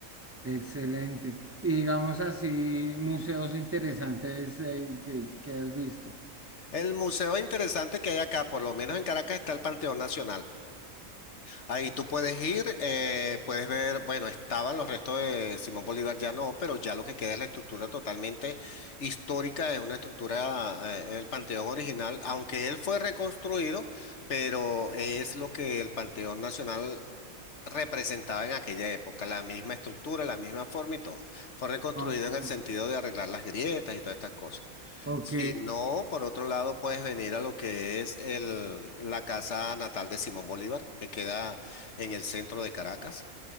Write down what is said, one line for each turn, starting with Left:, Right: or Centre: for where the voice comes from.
Right: Excelente. Y digamos así, museos interesantes eh, que, que has visto.
Left: El museo interesante que hay acá, por lo menos en Caracas, está el Panteón Nacional. Ahí tú puedes ir, eh, puedes ver, bueno, estaban los restos de Simón Bolívar, ya no, pero ya lo que queda es la estructura totalmente histórica, es una estructura, eh, el Panteón original, aunque él fue reconstruido, pero es lo que el Panteón Nacional representaba en aquella época, la misma estructura, la misma forma y todo. Fue reconstruido
Right: Oh,
Left: en el sentido de arreglar las grietas y todas estas cosas.
Right: ok.
Left: Si no, por otro lado, puedes venir a lo que es el, la casa natal de Simón Bolívar, que queda en el centro de Caracas.